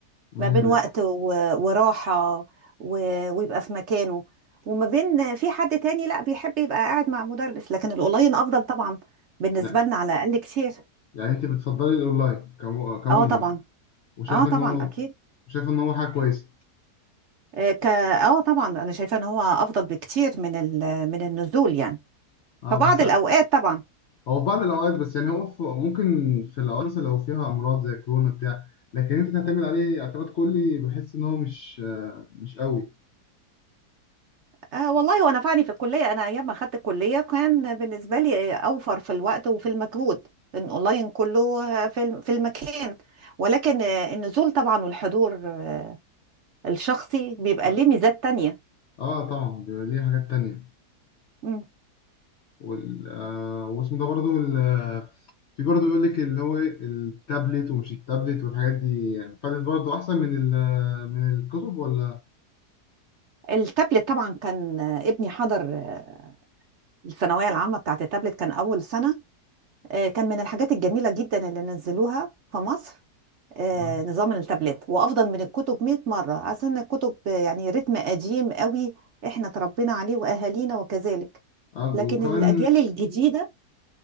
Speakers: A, on the left (about 65°); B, on the right (about 55°).
A: امم
B: ما بين وقت و- وراحة و- ويبقى في مكانه وما بين في حد تاني لا بيحب يبقى قاعد مع مدرس لكن الأونلاين أفضل طبعا بالنسبة
A: يعني
B: لنا على الأقل كتير
A: يعني انت بتفضلي الاونلاين كم... كمجمل
B: اه طبعا
A: وشايف
B: اه طبعا
A: ان هو
B: أكيد
A: شايف ان هو حاجة كويسة
B: آه، ك اه طبعا أنا شايفة إن هو أفضل بكتير من ال... من النزول يعني
A: اه
B: فبعض
A: بس
B: الأوقات طبعا
A: هو في بعض الأوقات بس يعني هو في ممكن في الأوقات مثلا لو فيها أمراض زي كورونا بتاع لكن أنت تعتمد عليه اعتماد كلي بحس إن هو مش آه، مش قوي
B: آه والله هو نفعني في الكلية أنا أيام ما أخدت الكلية كان بالنسبة لي أوفر في الوقت وفي المجهود لأن أونلاين كله آه، في الم- في المكان ولكن آه، النزول طبعا والحضور آه، الشخصي بيبقى
A: آه
B: ليه ميزات تانية
A: آه، طبعا بيبقى ليه حاجات تانية
B: مم.
A: وال آه واسمه ده برضو ال آه، في برضو بيقول لك اللي هو إيه، التابلت ومش التابلت والحاجات دي يعني فالت برضو أحسن من ال آه، من الكتب ولا
B: التابلت طبعا كان آه، ابني حضر آه، الثانوية العامة بتاعت التابلت كان أول سنة آه، كان من الحاجات الجميلة جدا اللي نزلوها في مصر آه،
A: آه
B: نظام التابلت وافضل من الكتب 100 مره عشان الكتب آه، يعني رتم قديم قوي احنا تربينا عليه واهالينا وكذلك
A: آه
B: لكن
A: وكمان
B: الاجيال الجديده